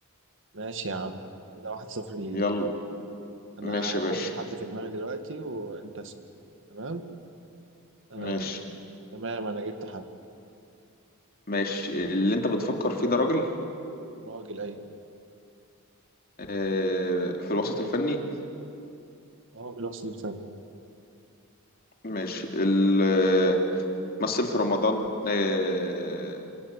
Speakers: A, on the right; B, on the left.
A: ماشي يا عم كده واحد صفر ليه
B: يلا
A: انا
B: ماشي يا
A: هحط
B: باشا
A: حد في دماغي دلوقتي وانت اسم. تمام آه
B: ماشي
A: تمام انا جبت حد
B: ماشي اللي انت بتفكر فيه ده راجل
A: راجل ايوه
B: آه، في الوسط الفني
A: هو بالوصف الفني
B: ماشي ال- آه، مثل في رمضان آه،